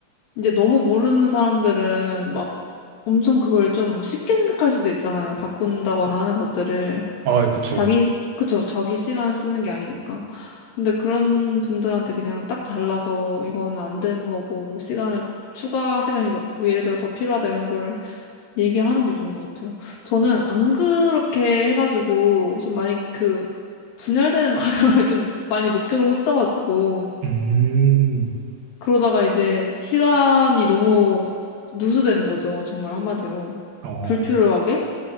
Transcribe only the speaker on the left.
이제 너무 모르는 사람들은 막 엄청 그걸 좀 쉽게 생각할 수도 있잖아요. 바꾼다거나 하는 것들을.
자기, 그쵸, 자기 시간 쓰는 게 아니니까. 근데 그런 분들한테 그냥 딱 잘라서 이거는 안 되는 거고, 뭐 시간을, 추가 시간이 뭐 뭐 예를 들어 더 필요하다 이런 걸 얘기하는 게 좋은 것 같아요. 저는 안 그렇게 해가지고 좀 많이 그 분열되는 <laughs> 과정을 좀 많이 목격을 했어가지고
그러다가 이제 시간이 너무 누수되는 거죠. 정말 한마디로.
불필요하게?